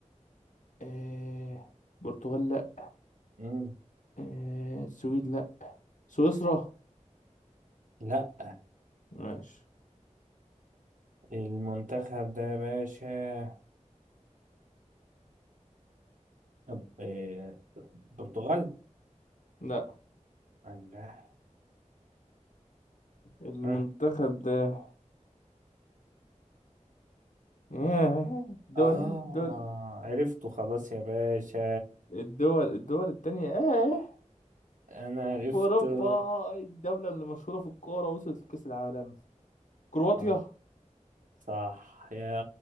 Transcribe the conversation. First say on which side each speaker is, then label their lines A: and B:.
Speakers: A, on the left; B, on the right.
A: آه، برتغال لا
B: مم.
A: آه، السويد لا سويسرا
B: لا
A: ماشي
B: المنتخب ده يا باشا طب، آه، البرتغال؟
A: لا
B: لا
A: المنتخب
B: ها
A: ده آه، دول
B: آه
A: الدول
B: عرفته خلاص يا باشا
A: الدول الدول التانية آه
B: أنا عرفته
A: في أوروبا الدولة اللي مشهورة في الكورة وصلت لكأس العالم كرواتيا
B: آه صح يا